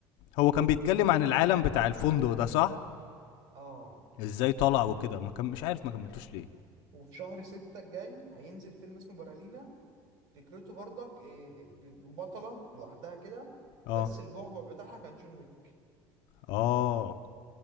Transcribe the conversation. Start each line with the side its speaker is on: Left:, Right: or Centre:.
Left: هو كان بيتكلم عن العالم بتاع الفندق ده صح
Right: اه
Left: ازاي طلع وكده ما كم... مش عارف ما كملتوش
Right: ايوه
Left: ليه
Right: وفي شهر ستة الجاي هينزل فيلم اسمه برالينا فكرته برضك إيه، بطلة لوحدها كده
Left: اه
Right: بس البعبع بتاعها كان جون ويك
Left: اه